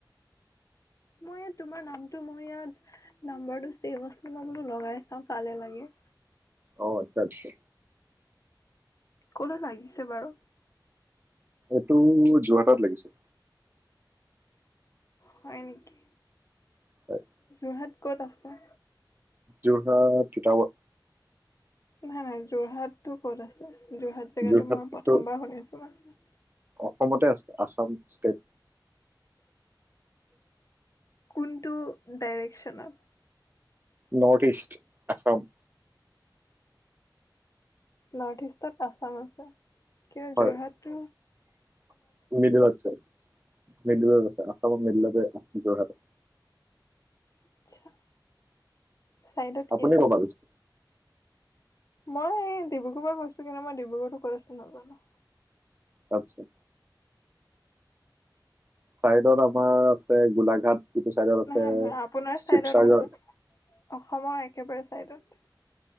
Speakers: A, on the left; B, on the right.
A: মই ইয়াত তোমাৰ নামটো মই ইয়াত নাম্বাৰটো চেভ আছিলে বোলো লগাই অ', কালে লাগে।
B: অ', আচ্ছা, আচ্ছা।
A: ক'লৈ লাগিছে বাৰু?
B: এইটো যোৰহাটত লাগিছে।
A: হয়, নেকি?
B: হয়,
A: যোৰহাট ক'ত আছে?
B: যোৰহাট, তিতাবৰ
A: নাই, নাই যোৰহাটতো ক'ত আছে? যোৰহাট জেগাটো
B: যোৰহাটতো
A: মই প্ৰথমবাৰ শুনিছোঁ মানে।
B: অসমতে আছে, আচাম ষ্টেট।
A: কোনটো ডাইৰেকচনত?
B: নৰ্থ ইষ্ট আচাম
A: নৰ্থ ইষ্টত আচাম আছে। কিন্ত
B: হয়
A: যোৰহাটতো
B: <unintelligible> মিডিলত আছে, আচামৰ মিডিলতে যোৰহাট আছ
A: আচ্ছা। চাইডত
B: আপুনি
A: কি আছে?
B: ক'ৰ পৰা কৈছে
A: মই এই ডিব্ৰুগড়ৰ পৰা কৈছো, কিন্তু মই ডিব্ৰুগড়তো ক'ত আছে নাজানো।
B: আতছা। চাইডত আমাৰ আছে গোলাঘাট। ইটো চাইডত আছে
A: নহয়, নহয় আপোনাৰ
B: শিৱসাগৰ
A: চাইডত নহয় অসমৰ একেবাৰে চাইডত?